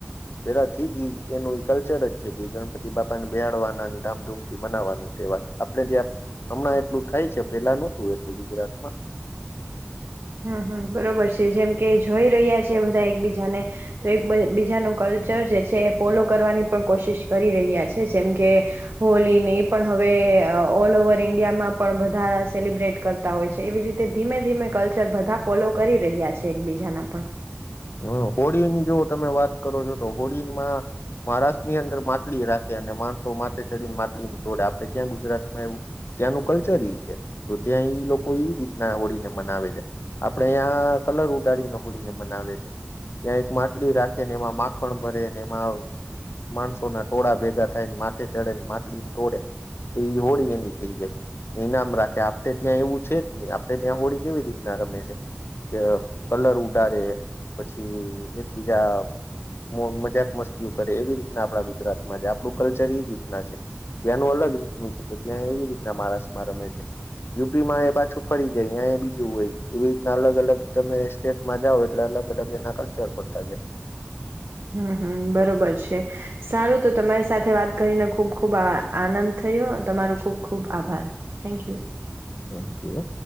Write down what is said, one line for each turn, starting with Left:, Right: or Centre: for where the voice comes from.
Left: પેલાથીજ એનું કલ્ચર જ છે કે ગણપતિ બાપાને બેહડવાના ધામધૂમ થી મનાવવાનું તહેવાર આપડે ત્યાં હમણાં એટલું થાય છે, પેલા નતું એટલું ગુજરાતમાં
Right: હમ્મ, હમ્મ બરોબર છે જેમકે જોઈ રહ્યા છે બધા એકબીજાને, તો એક બીજાનું કલ્ચર જે છે એ ફોલો કરવાની પણ કોશિશ કરી રહ્યા છે, જેમકે હોલીને એ પણ હવે ઓલ ઓવર ઈન્ડિયામાં પણ બધા સેલિબ્રેટ કરતા હોય છે, એવી રીતે ધીમે ધીમે કલ્ચર બધા ફોલો કરી રહ્યા છે, એકબીજાના પણ
Left: હા, હોળીની જો તમે વાત કરો છો તો હોળીમાં મહારાષ્ટ્રની અંદર માટલી રાખે અને માણસો માથે ચડીને માટલી તોડે, આપડે ત્યાં ગુજરાતમાં એવું ત્યાંનું કલ્ચર છે તો ત્યાં લોકો એ રીતના હોળીને મનાવે છે, આપડે ત્યાં કલર ઉડાડીને હોળીને મનાવે છે. ત્યાં એક માટલી રાખે ને એમાં માખણ ભરે ને એમાં માણસોના ટોળા ભેગા થાયને માથે ચડે ને માટલીને ટોળે, તો એ હોળી એની થઈ જાય ઈનામ રાખે. આપડે ત્યાં એવું છે જ ની, આપડે ત્યાં હોળી કેવી રીતના રમે છે, કે કલર ઉડારે પછી એક બીજા મજાક મસ્તીઓ કરે એવી રીતના આપડા ગુજરાતમાં છે. આપડું કલ્ચર એ રીતના છે, ત્યાંનું અલગ રીતનું છે તો ત્યાં એવી રીતના મહારાષ્ટ્રમાં રમે છે. યુપીમાં એ પાછું ફરી જાય ત્યાં એ બીજું હોય. એવી રીતના અલગ અલગ તમે સ્ટેટમાં જાઓ એટલે અલગ <unintelligible> બેના કલ્ચર પડતા જાય.
Right: હમ્મ, હમ્મ, બરોબર છે. સારું તો તમારી સાથે વાત કરીને ખૂબ ખૂબ આનંદ થયો. તમારો ખુબ ખુબ આભાર, થેન્ક યુ.
Left: થેંક્યુંઅ.